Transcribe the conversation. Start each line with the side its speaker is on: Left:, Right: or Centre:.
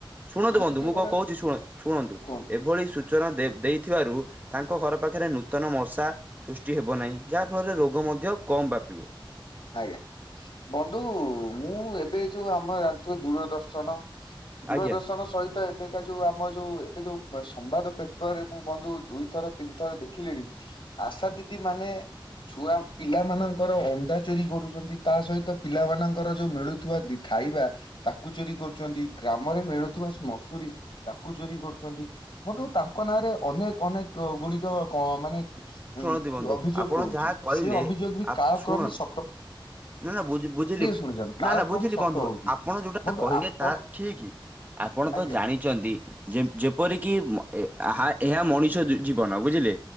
Right: ଶୁଣନ୍ତୁ ବନ୍ଧୁ
Left: ଟିକେ
Right: ମୁଁ
Left: ଗୋଟେ
Right: କଣ କହୁଛି ଶୁଣ ଶୁଣନ୍ତୁ
Left: କୁହନ୍ତୁ
Right: ଏଭଳି ସୂଚନା ଦେ ଦେଇଥିବାରୁ ତାଙ୍କ ଘର ପାଖରେ ନୂତନ ମଶା ସୃଷ୍ଟି ହେବ ନାହିଁ। ଯାହାଫଳରେ ରୋଗ ମଧ୍ୟ କ କମ ବାପିବ।
Left: ଆଜ୍ଞା! ବନ୍ଧୁ ମୁଁ ଏବେ ଯୋଉ ଆମର ଜାଣିଥିବ ଦୂରଦର୍ଶନ। ଦୂରଦର୍ଶନ
Right: ଆଜ୍ଞା
Left: ସହିତ, ଏବେକା ଯୋଉ ଆମ ଯୋଉ ଏବେ ଯୋଉ ସ ମ୍ୱାଦ ପେପରରେ ମୁଁ ବନ୍ଧୁ ଦୁଇଥର ତିନି ଥର ଦେଖିଲିଣି, ଆଶା ଦିଦି ମାନେ ଛୁଆ ପିଲାମାନଙ୍କର ଅଣ୍ଡା ଚୋରି କରୁଛନ୍ତି, ତା ସହିତ ପିଲାମାନଙ୍କର ଯୋଉ ମିଳୁଥିବା ଦି ଖାଇବା ତାକୁ ଚୋରି କରୁଛନ୍ତି। ଗ୍ରାମରେ ମିଳୁଥିବା ସ ମସୁରୀ ତାକୁ ଚୋରି କରୁଛନ୍ତି। ବନ୍ଧୁ ତାଙ୍କ ନାଁରେ ଅନେକ ଅନେକ କ ଗୁଡିକ କ ମାନେ
Right: ଶୁଣନ୍ତୁ ବନ୍ଧୁ
Left: ଜ ଅଭିଯୋଗ
Right: ଆପଣ
Left: ରହୁଛି।
Right: ଯାହା କହିଲେ
Left: ସେ ଅଭିଯୋଗ ବି
Right: ଆ
Left: କାଳକ୍ରମେ
Right: ଶୁଣ
Left: ସ
Right: ନା ନା ବୁଝି ବୁଝିଲି
Left: ଶୁଣିଯାଆନ୍ତୁ
Right: ନା
Left: କାଳକ୍ରମେ
Right: ନା ବୁଝିଲି
Left: ସତ
Right: ବନ୍ଧୁ
Left: ହଉଛି
Right: ଆପଣ ଯୋଉଟା
Left: ବନ୍ଧୁ
Right: କହିଲେ
Left: ଆପଣ
Right: ତାହା ଠିକ। ଆପଣ
Left: ଆଜ୍ଞା
Right: ତ ଜାଣିଛନ୍ତି, ଯେ ଯେପରିକି ମ ଏ ହା ଏହା ମଣିଷ ଜୀବନ ବୁଝିଲେ